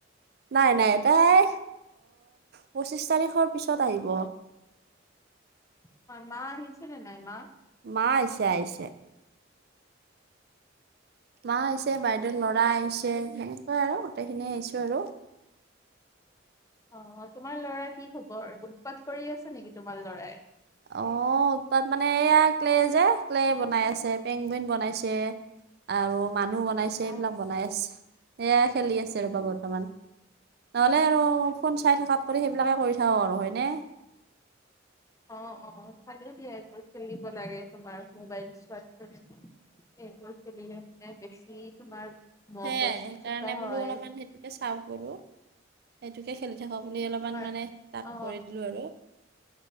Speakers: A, on the right; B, on the left.
A: নাই নাই তাই পঁচিছ তাৰিখৰ পিছত আহিব।
B: হয়, মা আহিছে নে নাই মা?
A: মা আহিছে আহিছে। মা আহিছে, বাইদেউৰ ল'ৰা আহিছে সে সেনেকুৱাই আৰু গোটেইখিনি আহিছো আৰু
B: অ' তোমাৰ ল'ৰা কি খবৰ? উৎপাত কৰি আছে নেকি তোমাৰ ল'ৰাই?
A: অ' উৎপাত মানে এইয়া ক্লে যে ক্লে বনাই আছে পেংগুইন বনাইছে। আৰু মানুহ বনাইছে
B: অ
A: এইবিলাক বনাই আছে, সেয়াই খেলি আছে ৰ'বা বৰ্তমান। নহ'লে আৰু ফোন চাই থাকাত কৰি সেইবিলাকে কৰি থাকক আৰু হয়নে?
B: অ' অ' ভালেই দিয়া এইবোৰ খেলিব লাগে, তোমাৰ মোবাইল চোৱাতকৈ। এইবোৰ খেলিলে মানে বেছি তোমাৰ মগজ
A: সেয়াই সেইকাৰণে
B: চোকা
A: বোলো
B: হয়।
A: <unintelligible> সেইটোকে খেলি থাকক বুলি অলপমান
B: তোমাৰ
A: মানে তাক
B: অ
A: কৰি দিলো আৰু।